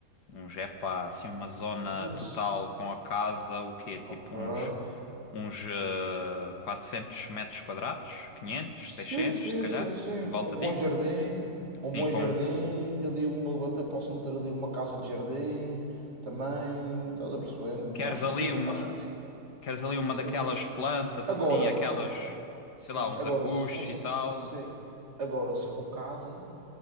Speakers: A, on the left; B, on the right.
A: Uns, é assim, uma zona
B: Mas,
A: total com a casa, o quê? Tipo
B: ok.
A: uns, uns eh, 400 metros quadrados, 500
B: Sim,
A: 600
B: sim,
A: se calhar,
B: sim, sim,
A: por volta
B: com um bom
A: disso.
B: jardim,
A: Sim,
B: um bom
A: com...
B: jardim, ali uma, até posso meter ali uma casa de jardim também, estás a perceber?
A: Queres
B: Acho
A: ali
B: que
A: uma,
B: faz sentido.
A: queres ali uma
B: Sim,
A: daquelas
B: sim.
A: plantas,
B: Agora,
A: assim, aquelas, sei
B: sim,
A: lá, uns
B: agora
A: arbustos
B: se fosse,
A: e tal.
B: sim, agora se for casa